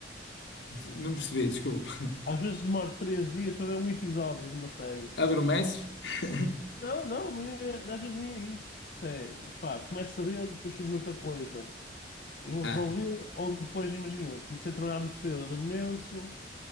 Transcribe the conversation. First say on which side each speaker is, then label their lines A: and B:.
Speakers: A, on the left; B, on the left.
A: de- não percebi, desculpa.
B: Às vezes demoro três dias para ver um episódio de uma série.
A: <laughs> Adormeces? <laughs>
B: Não, não, nem é- às vezes nem é isso. Isso É, pá, começo a ver, depois surge outra coisa. Eu vou
A: Ah,
B: resolver, ou depois, imagina, comecei a trabalhar muito cedo, adormeço,